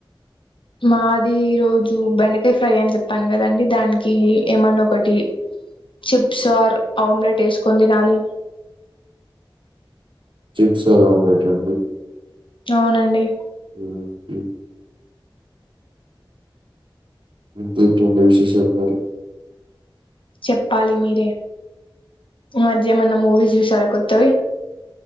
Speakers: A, on the left (about 75°); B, on the right (about 70°).
A: మాది ఈ రోజు బెండకాయ ఫ్రై అని చెప్పాను గదండి దానికి ఏమన్న ఒకటి చిప్స్ ఆర్ ఆమ్లెట్ ఏసుకొని దినాలి
B: చిప్స్ ఆర్ ఆమ్లెట్ అండి
A: అవునండి
B: ఊహు ఇంకేంటండి విశేషాలు మరి
A: చెప్పాలి మీరే ఈ మధ్య ఏమన్నా మూవీస్ జూసార కొత్తవి